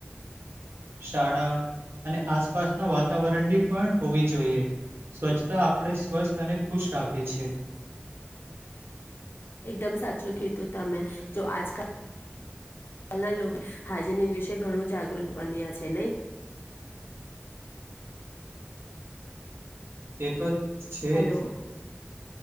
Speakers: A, on the right; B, on the left.
A: શાળા અને આસપાસના વાતાવરણની પણ હોવી જોઈએ સ્વચ્છતા આપણે સ્વસ્થ તને ખુશ રાખે
B: એ-
A: છે
B: એકદમ સાચું કીધું તમે જો આજકાલના લોકો હાજીનિક વિશે ઘણું જાગૃત બન્યા છે નહી
A: એક છે
B: હલો
A: જ